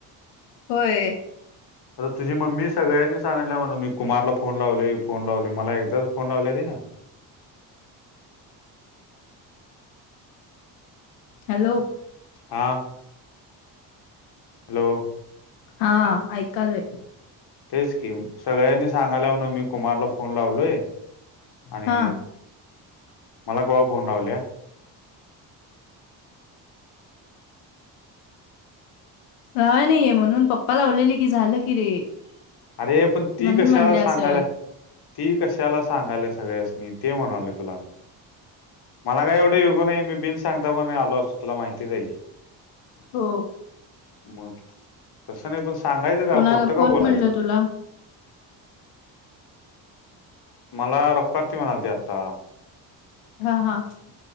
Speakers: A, on the left; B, on the left.
A: होय <unintelligible>
B: आता तुझी मम्मी सगळ्यांसनी सांगितल्या म्हणं मी कुमारला फोन लावलोय फोन लावलोय मला एकदा तर फोन लावलीया तिनं
A: हॅलो <unintelligible>
B: हा <unintelligible> हॅलो <unintelligible>
A: हा ऐकालोय.
B: तेच की सगळ्यांसनी सांगायलीया म्हणं मी कुमारला फोन लावलोय. <unintelligible> आणि
A: हा
B: मला कव्हा फोन लावलीया. <unintelligible>
A: लावाय नाही घे म्हणून पप्पा लावलेली की झालं की रे. <unintelligible>
B: अरे पण ती
A: म्हणून
B: कशाला
A: म्हणले असेल
B: सांगायलीया <unintelligible> ती कशाला सांगाय लागली या सगळ्यासनी ते म्हणालोय तुला. <unintelligible> मला काय एवढं येगू नाही मी बिन सांगता पण आलो असतो तुला माहिती आहे की <unintelligible>
A: हो <unintelligible>
B: मग तसं नाही पण सांगायचं
A: कोणाला
B: का खोट का
A: कोण
B: बोलायचं.
A: म्हणलं
B: <unintelligible>
A: तुला
B: मला रूकका आती म्हणालती आता. <unintelligible>
A: हा हा <unintelligible>